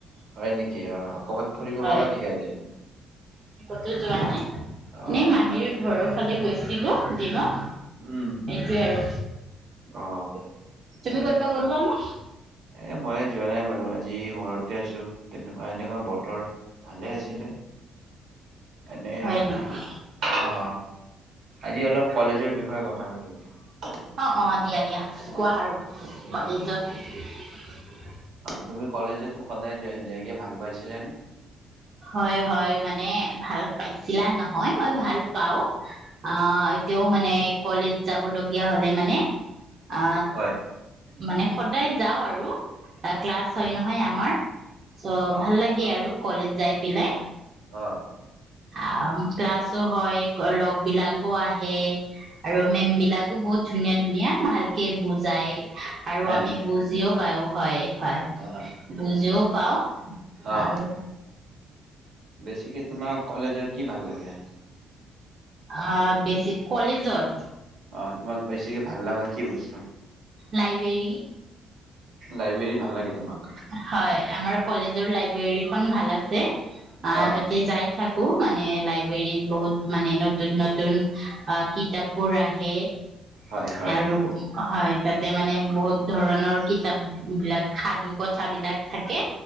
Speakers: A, on the right; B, on the right.
A: হয় নেকি অ ক'বাত ফুৰিব
B: হয়
A: গলা নেকি আজি?
B: <unintelligible> যোৱা নে?
A: অ
B: এনেই মাহীৰ
A: ভাল
B: ঘৰৰ ফালে গৈ -ছিলো দিনত
A: উম
B: এইটোৱে আৰু।
A: অ
B: তুমি ক'তবা গলা নে?
A: এ মই যোৱা নাই বাৰু আজি ঘৰতে আছো তেনেকুৱা এনেকুৱা বতৰ ভালে আছিলে। এনে
B: হয় নেকি
A: অ আজি অলপ কলেজৰ বিষয়ে কথা কথা পাতো দিয়া।
B: অ অ দিয়া দিয়া কোৱা আৰু কলেজত
A: তুমি কলেজেতো সদায় যাইক ভাল পাইছে নে?
B: হয় হয় মানে ভাল পাইছিলা নহয় মই ভাল পাওঁ আহ এতিয়াও মানে কলেজ যাবলগীয়া হলে মানে। অ
A: হয়
B: মানে সদায় যাও আৰু ক্লাছ
A: অ
B: হয় নহয় আমাৰ চ'
A: অ
B: ভাল লাগে আৰু। কলেজ যাই পিলাই।
A: অ।
B: আ ক্লাছো হয়। লগ বিলাকো আহে, আহে আৰু মেম বিলাকো বহুত ধুনীয়া ধুনীয়া ভালকে বুজাই আৰু
A: হয়
B: আমি
A: নেকি
B: বুজিও পাওঁ হয়। হয়
A: অ
B: বুজিও পাও
A: অ
B: আৰু
A: বেছিকে তোমাৰ কলেজৰ কি ভাল লাগে?
B: অ বেছিক কলেজত
A: অ তোমাক বেছিকে ভাল লগা কি বস্তু
B: লাইব্ৰেৰী।
A: লাইব্ৰেৰী ভাল লাগে তোমাক।
B: হয় আমাৰ কলেজৰ লাইব্ৰেৰীখন ভাল আছে। আ
A: অ
B: তাতে যাই থাকো মানে লাইব্ৰেৰীত বহুত মানে নতুন নতুন কিতাপ বোৰ আহে।
A: হয় হয়
B: আৰু হয়। তাতে মানে বহুত ধৰণৰ কিতাপ বিলাক সাধুক ক কথাবিলাক থাকে।